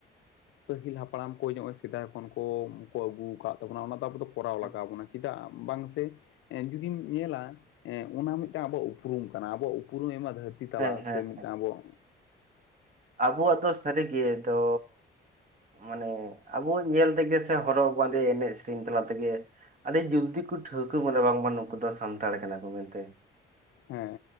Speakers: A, on the left; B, on the right.
A: ᱯᱟᱹᱦᱤᱞ ᱦᱟᱯᱲᱟᱢ ᱠᱚ, ᱱᱚᱜᱼᱚᱭ, ᱥᱮᱫᱟᱭ ᱠᱷᱚᱱ ᱠᱚ, ᱠᱚ ᱟᱹᱜᱩ ᱟᱠᱟᱫ ᱛᱟᱵᱚᱱᱟ, ᱚᱱᱟ ᱫᱚ ᱟᱵᱚ ᱠᱚᱨᱟᱣ ᱞᱟᱜᱟᱣ
B: ᱦᱮᱸ
A: ᱟᱵᱚᱱᱟ, ᱪᱮᱫᱟᱜ ᱵᱟᱝ ᱥᱮ, ᱡᱩᱫᱤᱢ ᱧᱮᱞᱟ, ᱚᱱᱟ ᱢᱤᱫᱴ ᱢᱤᱫᱴᱟᱝ, ᱟᱵᱚ ᱩᱯᱨᱩᱢ ᱠᱟᱱᱟ, ᱟᱵᱚᱣᱟᱜ ᱩᱯᱨᱩᱢ, ᱟᱭᱢᱟ ᱫᱷᱟᱹᱨᱛᱤ ᱛᱟᱞᱟ
B: ᱦᱮᱸ ᱦᱮᱸ
A: ᱥᱮ, ᱢᱤᱫᱴᱟᱝ ᱟᱵᱚᱣᱟᱜ
B: ᱟᱵᱚᱣᱟᱜ ᱫᱚ, ᱥᱟᱹᱨᱤ ᱜᱮ ᱫᱚ ᱢᱟᱱᱮ, ᱟᱵᱚ ᱧᱮᱞ ᱛᱮᱜᱮ, ᱥᱮ, ᱦᱚᱨᱚᱜ ᱵᱟᱸᱫᱮ, ᱮᱱᱮᱡ ᱥᱮᱨᱮᱧ, ᱛᱟᱞᱟ ᱛᱮᱜᱮ, ᱟᱹᱰᱤ ᱡᱚᱞᱫᱤ ᱠᱚ, ᱴᱷᱟᱹᱣᱠᱟᱹ ᱵᱚᱱᱟ, ᱵᱟᱝᱢᱟ ᱱᱩᱠᱩ ᱫᱚ, ᱥᱟᱱᱛᱟᱲ ᱠᱟᱱᱟ ᱠᱚ, ᱢᱮᱱᱛᱮ ᱾
A: ᱦᱮᱸ